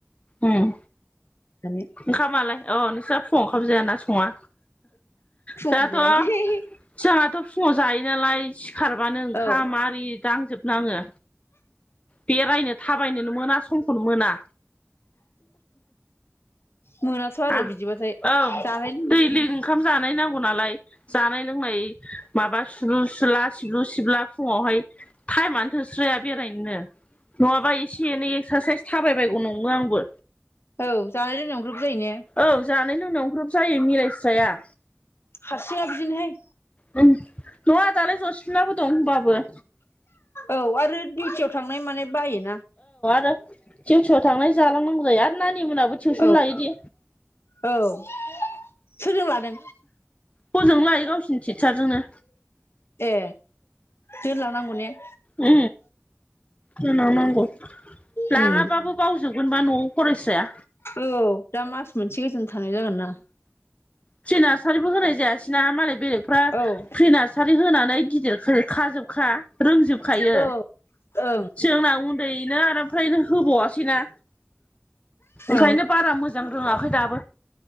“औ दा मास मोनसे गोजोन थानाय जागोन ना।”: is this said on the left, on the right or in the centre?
Left